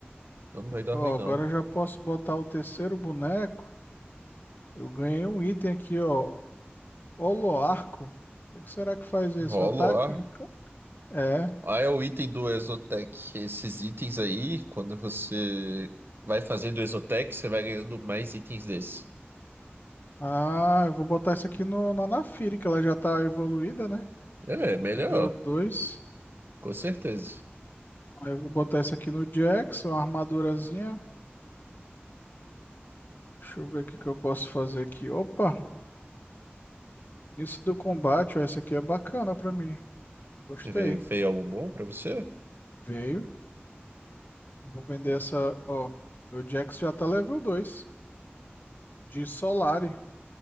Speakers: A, on the right; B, on the left.
A: Então não vai dar
B: Ó,
A: ruim, não.
B: agora eu já posso botar o terceiro boneco. Eu ganhei um item aqui, ó. Holoarco. O que será que faz isso?
A: Rola
B: Ataque?
A: o ar,
B: É.
A: Ah, é o item do Exotec. Esses itens aí, quando você vai fazendo Exotec, você vai ganhando mais itens desse.
B: Ah, eu vou botar isso aqui no, na Naafiri, que ela já tá evoluída, né?
A: É, é melhor,
B: Nível 2.
A: com certeza.
B: Aí eu vou botar isso aqui no Jackson, uma armadurazinha. Deixa eu ver o que que eu posso fazer aqui. Opa! Isso do combate, ó, essa aqui é bacana pra mim. Gostei.
A: Veio, veio algo bom pra você?
B: Veio. Vou vender essa, ó. Meu Jackson já tá level 2 de Solari.